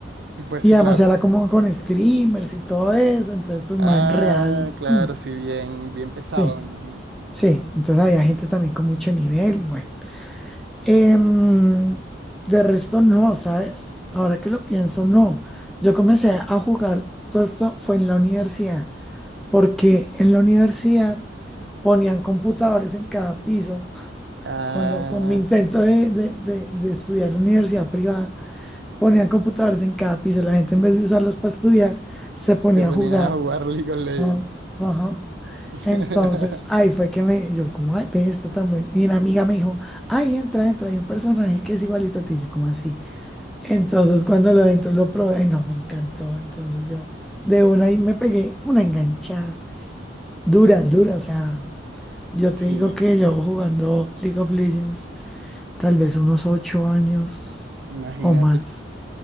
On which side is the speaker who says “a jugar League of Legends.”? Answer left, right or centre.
Right